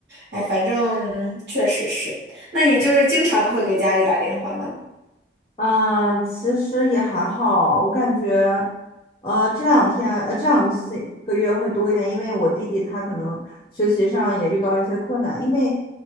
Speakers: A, on the right; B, on the left.
A: 哎，反正确实是。那你就是经常会给家里打电话吗？
B: 嗯，其实也还好，我感觉，呃，这两天，呃，这两个星个月会多一点，因为我弟弟他可能学习上也遇到了一些困难，因为